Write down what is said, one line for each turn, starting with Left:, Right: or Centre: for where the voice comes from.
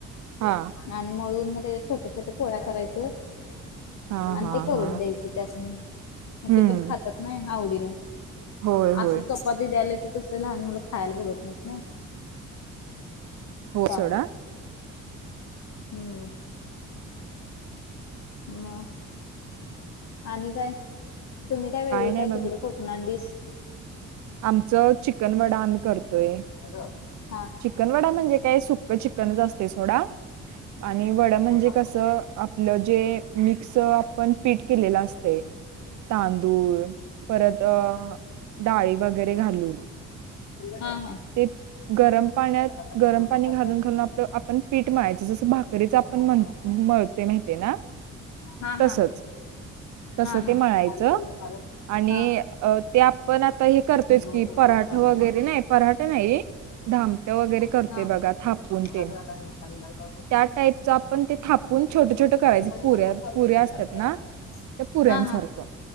Right: हा.
Left: आणि मळून मग त्याचे, छोट्या-छोट्या पोळ्या करायचं.
Right: हा
Left: अन्
Right: हा
Left: ते करून
Right: हा
Left: द्यायचं त्यासणी. मग
Right: हम्म
Left: ते पण खातात नाय, आवडीन.
Right: होय
Left: असं,
Right: होय
Left: चपाती द्यायला की कसं, लहान मुलं खायला बघत नाहीत ना.
Right: हो
Left: त्यामुळं.
Right: सोडा
Left: हम्म. मग. आणि काय? तुम्ही काय, वेगळी
Right: नाही
Left: काय
Right: बघा
Left: तिकडं कर ना डिश.
Right: आमचं चिकनवडा, आम्ही करतोय.
Left: हा हा
Right: चिकन वडा म्हणजे काय? सुक् चिकनच असतय, सोडा. आणि वड म्हणजे
Left: हा हा हा
Right: कसं, आपलं जे, मिक्स आपण पीट केलेलं असतय तांदूळ, परत अ डाळी वगैरे घालून.
Left: हा, हा!
Right: ते गरम पाण्यात
Left: आता कट्टा चालू
Right: गरम
Left: करून
Right: पाणी
Left: बघ खालचा
Right: घालून, घालून आपलं आपण पीठ मळायचं जसं भाकरीच आपण
Left: दाखवू
Right: म्हण
Left: का मला
Right: मळ ते महितीयेना.
Left: हा
Right: तसंच
Left: हा
Right: तसं
Left: हा हा
Right: ते मळायच
Left: ती काळी कलरला काळं
Right: आणि
Left: हा
Right: अ ते आपण आता हे करतोयस
Left: इकडे डोळे
Right: की
Left: करून
Right: पराठ
Left: पांढरं.
Right: वगैरे नाही पराठ नाही धामट वगैरे करते
Left: हा
Right: बगा थापून
Left: मग
Right: तेन
Left: आता नाही ही खाली लाईट लावून बघ
Right: त्या टाइपचं आपण ते थापून छोट, छोट करायच
Left: कट्टा ही
Right: पुऱ्या,
Left: बंद करून चालू
Right: पुऱ्या
Left: कर इकडे
Right: असत्यात
Left: खालचा
Right: ना त्या पुऱ्यांसारखं.
Left: हा हा